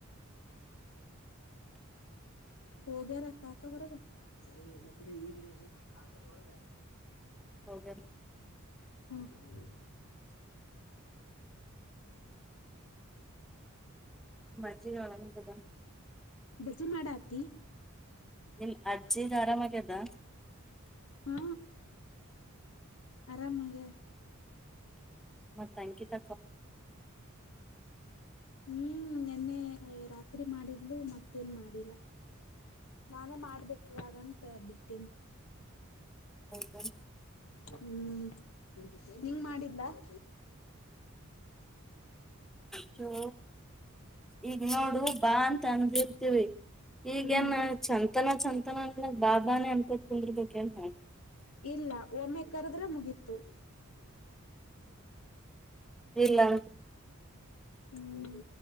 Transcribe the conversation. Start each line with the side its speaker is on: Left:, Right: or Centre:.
Left: ಹೋಗ್ಯಾರ ಕಾಕ ವರಗ ಏ ಮಕ್ಕಡೆ ನೀರ್ ಇರ <inaudible> ಹಾ ಸರ್ ಒಳಗ
Centre: ಹೌದು ಏನ
Left: <inaudible>
Centre: ನಿಮ್ ಅಜ್ಜಿಗೆ ಆರಾಮಾಗ್ಯದ
Left: <inaudible> ಟಿ
Centre: ನಿಮ್ ಅಜ್ಜಿದ ಆರಾಮ್ ಆಗ್ಯದ
Left: ಹಾ ಆರಾಮ್ ಆಗ್ಯಾದ
Centre: ಮತ್ತ್ ಅಂಕಿತ
Left: ಹ್ಮ್ ನಿನ್ನೆ ರಾತ್ ರಾತ್ರಿ ಮಾಡಿದ್ಲು ಮತ್ತೆ ಮಾಡಿಲ್ಲ ನಾನೇ ಮಾಡ್ಬೇಕಕ್ ಇವಾಗಂತ ಬಿಟ್ಟಿ
Centre: ಹೌದ
Left: ಹ್ಮ್ ನಿಂಗ ಮಾಡಿದ್ದಾ <unintelligible>
Centre: ಹ ಈಗ ನೋಡು ಬಾಂದ ತಂದ ಇರ್ತೀವಿ ಈಗೇನ್
Left: ಹ್ಮ್
Centre: ಚಂದ ತನ ಸಂತನಲ್ಲ ಬಾಬಾನೇ ಅನ್ಕೋತ್ ಕುಂದಿರ್ಬೇಕೇ ಅಂತ ಮಾಡಿ
Left: ಇಲ್ಲ ಒಮ್ಮೆ ಕರದ್ರೆ ಮುಗಿತು
Centre: ಇಲ್ಲ
Left: ಹ್ಮ್